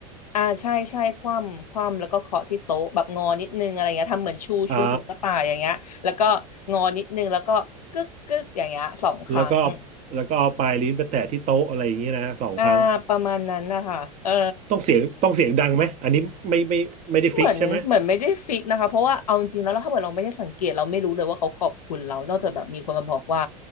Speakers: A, on the left; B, on the right.
A: อ่าใช่ใช่คว่ำคว่ำแล้วก็เคาะที่โต๊ะแบบงอนิดนึงอะไรเงี้ยทำเหมือนชูชูหูกระต่ายอย่างเงี้ยแล้วก็งอนิดนึงแล้วก็กึกกึกอย่างเงี้ยสองครั้ง
B: ำอ่าแล้วก็เอาแล้วก็เอาปลายลิ้นไปแตะที่โต๊ะอะไรอย่างเงี้ยนะสองครั้ง
A: อ่าประมาณนั้นนะคะเออ
B: ต้องเสียงต้องเสียงดังไหมอันนี้ไม่ไม่ไม่ได้ฟิกใช่ไหม
A: เหมือนเหมือนไม่ได้ฟิกนะคะเพราะว่าเอาจริงๆแล้วถ้าเกิดเราไม่ได้สังเกตเราไม่รู้เลยว่าเขาขอบคุณเรานอกจากแบบมีคนมาบอกว่า